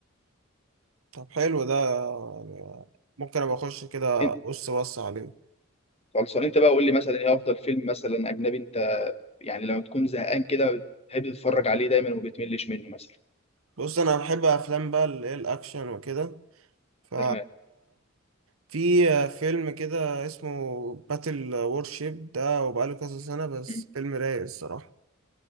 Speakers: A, on the right; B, on the left.
A: طب حلو ده يعني ممكن ابقى اخش كده
B: أنت
A: بص بص عليه
B: خلصان أنت بقى قول لي مثلا إيه أفضل فيلم مثلا أجنبي أنت يعني لما تكون زهقان كده بتحب تتفرج عليه دايما وبتملش منه مثلا
A: بص انا بحب افلام بقى اللي هي الاكشن وكده ف
B: تمام
A: في فيلم كده اسمه باتل وورشيب ده وبقاله كذا سنة بس
B: مم.
A: فيلم رايق الصراحة